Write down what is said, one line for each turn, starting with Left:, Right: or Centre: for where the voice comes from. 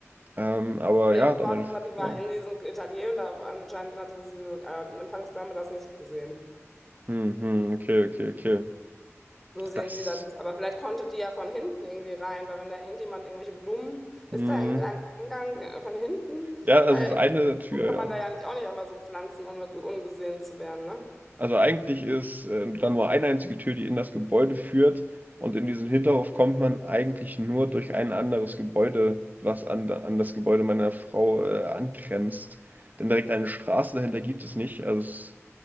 Right: Ähm, aber
Centre: Weil
Right: ja,
Centre: Ihre Frau
Right: damit.
Centre: hat gesagt, die war
Right: Ja.
Centre: in diesem Atelier und da anscheinend hatte diese äh, Empfangsdame das nicht gesehen.
Right: Hm, hm, okay, okay, okay.
Centre: So sehen
Right: Das.
Centre: sie das jetzt. Aber vielleicht konnte die ja von hinten irgendwie rein, weil wenn da irgendjemand irgendwelche Blumen, ist
Right: Hm.
Centre: da irgendein Eingang äh, von hinten?
Right: Ja, also
Centre: Weil
Right: es ist eine Tür,
Centre: Blumen kann
Right: ja.
Centre: man da ja nicht auch nicht einfach so pflanzen, ohne ge- ungesehen zu werden, ne?
Right: Also eigentlich ist ähm, da nur eine einzige Tür, die in das Gebäude führt. Und in diesen Hinterhof kommt man eigentlich nur durch ein anderes Gebäude, was an, da- an das Gebäude meiner Frau äh, angrenzt. Denn direkt eine Straße dahinter gibt es nicht. Also es